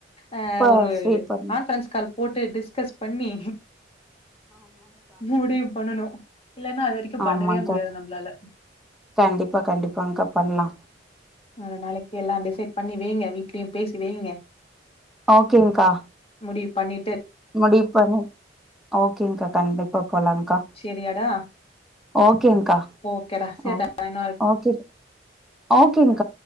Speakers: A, on the left; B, in the centre.
A: ஆஹ்
B: இப்ப
A: ஒரு
B: ஃப்ரீ பண்ணி
A: கான்ஃப்ரென்ஸ் கால் போட்டு டிஸ்கஸ் பண்ணி மூடிவ் பண்ணணும் இல்லன்னா அதுவரைக்கும் பண்ணவே
B: ஆமாங்கா
A: முடியாது நம்பளால.
B: கண்டிப்பா கண்டிப்பாங்கா பண்ணலாம்
A: ஒரு நாளைக்கு எல்லா டிசைட் பண்ணி வெய்ங்க வீட்லயும் பேசி வெய்ங்க
B: ஓகேங்க்கா
A: முடிவு பண்ணி
B: முடிவு பண்ணி ஓகேங்கா கண்டிப்பா போலாம்கா
A: செரியாடா
B: ஓகேங்கா
A: ஓகேடா சேர்டா
B: அ
A: இன்னொரு
B: ஓகே ஓகேங்க